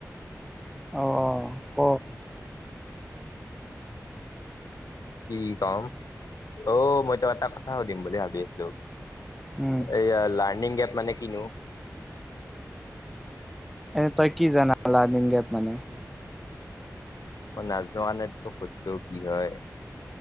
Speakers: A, in the centre; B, on the left (about 80°).
A: অ-অ-অ ক।
B: কি কম? অ, মই তোক এটা কথা সুধিম বুলি ভাবি আছোঁ।
A: উম
B: এইয়া লাৰ্ণিং এপ মানে কিনো?
A: এ তই কি জানা লাৰ্নিং গেপ মানে?
B: মই নাজনো কাৰণটো তোক সুধছো কি হয়?